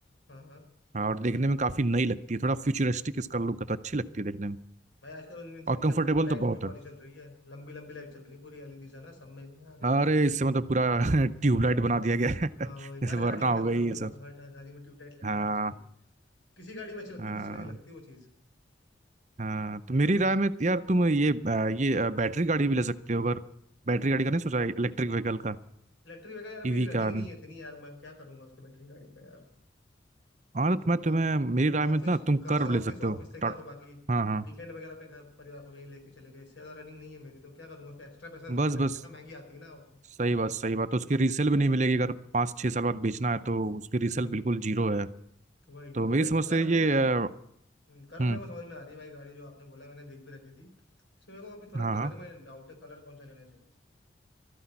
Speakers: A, on the left; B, on the right.
A: हाँ हाँ
B: हाँ, और देखने
A: अच्छा
B: में काफी नई लगती है थोड़ा फ्यूचरिस्टिक इसका लुक है तो अच्छी लगती है देखने में
A: भाई आजकल उनमें इन
B: और
A: इन
B: कंफर्टेबल
A: सब गाड़ियों में लाइट
B: तो बहुत
A: भी वाली
B: है
A: चल रही है लंबी लंबी लाइट चल रही है पूरी एलईडीज है ना सब में इनमें आगे
B: अरे
A: पीछे
B: इससे मतलब पूरा <laughs> ट्यूबलाइट बना
A: हम्म
B: दिया गया है
A: हाँ
B: <laughs>
A: वही,
B: जैसे
A: हर
B: वरना
A: गाड़ी में
B: हो
A: लग
B: गई
A: रहा है भाई
B: ये
A: वो
B: सब
A: तो हर हर गाड़ी में ट्यूबलाइट लगी
B: हाँ
A: है आजकल किसी गाड़ी में अच्छी लगती
B: हाँ
A: किसी में नहीं लगती वो चीज़
B: हाँ तो मेरी राय में यार तुम ये अ, ये अ, बैटरी गाड़ी भी ले सकते हो अगर बैटरी गाड़ी का नहीं सोचा इलेक्ट्रिक व्हीकल का
A: इलेक्ट्रिक व्हीकल यार मेरी
B: ईवी
A: रनिंग
B: कार
A: नहीं है इतनी यार मैं क्या करूंगा उसके बैटरी गाड़ी का यार
B: हाँ तो मैं तुम्हें
A: और
B: मेरी राय
A: ऑफिस
B: में ना तुम
A: घर
B: कर्व
A: से ऑफिस
B: ले सकते
A: ऑफिस
B: हो
A: से घर
B: टट
A: बाकी
B: हाँ हाँ
A: वीकेंड वगैरह पे घर परिवार को कहीं लेके चले गए इससे ज्यादा रनिंग नहीं है मेरी तो क्या करूंगा उसमें एक्स्ट्रा पैसा
B: बस
A: भी लगेगा
B: बस
A: ना महंगी आती है ना वो तो
B: सही बात सही बात तो उसकी रीसेल भी नहीं मिलेगी अगर पाँच छः साल बाद बेचना है तो उसकी रीसेल
A: हम्म
B: बिल्कुल जीरो है
A: वही
B: तो
A: तो
B: मेरी
A: भाई
B: समझ
A: कर्व
B: से ये
A: में
B: अ,
A: हम्म, कर्व
B: हम्म
A: मेरे को समझ में आ रही है भाई गाड़ी जो आपने बोला मैंने देख भी रखी थी इसमें मेरे को अभी थोड़ा
B: हाँ
A: कलर
B: हाँ
A: में डाउट है कलर कौन सा लेना चाहिए इसमें